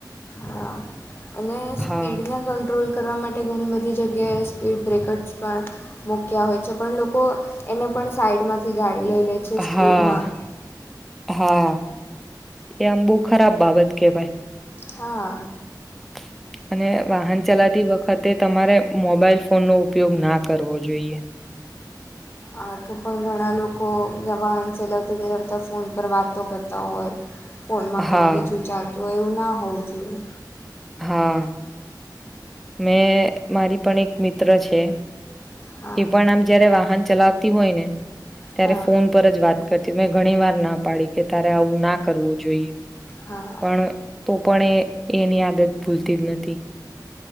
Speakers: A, on the left; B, in the centre.
A: હા અને સ્પીડને
B: હા
A: કંટ્રોલ કરવા માટે ઘણી બધી જગ્યાએ સ્પીડ બ્રેકર્સ પણ મૂક્યા હોય છે પણ લોકો એને પણ સાઈડમાંથી ગાડી લઈ લે છે સ્પીડમાં.
B: હા હા એમ બહુ ખરાબ બાબત કેવાય.
A: હા
B: <unintelligible> અને વાહન ચલાતી વખતે તમારે મોબાઈલ ફોનનો ઉપયોગ ના કરવો જોઈએ. <inaudible>
A: આ તો પણ ઘણા લોકો જવાન ચલાવતા ચલાવતા ફોન પર વાતો કરતા હોય. ફોનમાં
B: હા
A: કંઈક બીજું ચાલતું હોય એવું ના હોવું જોઈએ.
B: હા. મેં મારી પણ એક મિત્ર છે.
A: હા
B: એ પણ આમ જયારે વાહન ચલાવતી હોય ને. ત્યારે
A: હા
B: ફોન પર જ વાત કરતી મેં ઘણી વાર ના પાડી કે તારે આવું ના કરવું જોઈએ.
A: હા
B: પણ તો પણ એ એની આદત ભૂલતી જ નથી.